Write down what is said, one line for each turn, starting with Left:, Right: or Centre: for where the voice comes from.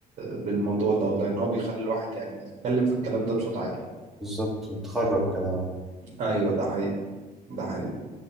Right: بالموضوع ده والله ان هو بيخلي الواحد يعني يتكلم في الكلام ده بصوت عالي
Centre: بالظبط بتخرج كده
Right: ايوه ده حقيقي ده حقيقي